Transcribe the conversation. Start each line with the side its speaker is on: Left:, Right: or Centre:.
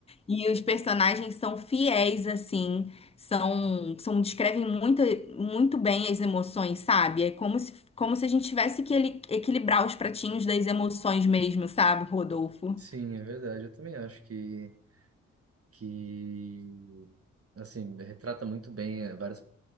Left: E os personagens são fiéis, assim, são, são descrevem muito, muito bem as emoções, sabe? É como se, como se a gente tivesse que ele- equilibrar os pratinhos das emoções mesmo, sabe, Rodolfo?
Right: sim, é verdade, eu também acho que... que assim retrata muito bem eh, vários